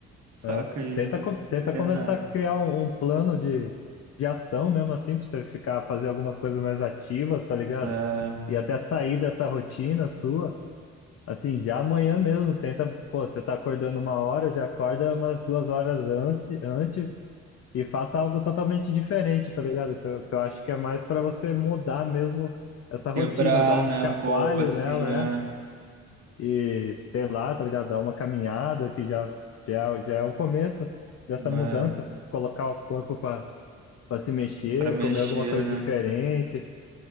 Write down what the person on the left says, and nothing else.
né?
Tenta, co- tenta
começar a criar um, um plano de, de ação mesmo, assim, pra você ficar, fazer algumas coisas mais ativas, tá ligado?
E até sair dessa rotina sua Assim, já amanhã mesmo, tenta, pô, você tá acordando uma hora, já acorda umas duas horas antes, antes e faça algo totalmente diferente, tá ligado? Que eu, que eu acho que é mais pra você mudar mesmo essa rotina,
dar um
chacoalho
nela,
é, e sei lá, tá ligado? Dar uma caminhada que já, já, já é o começo dessa
mudança, colocar o corpo pra pra se mexer,
comer alguma coisa
diferente,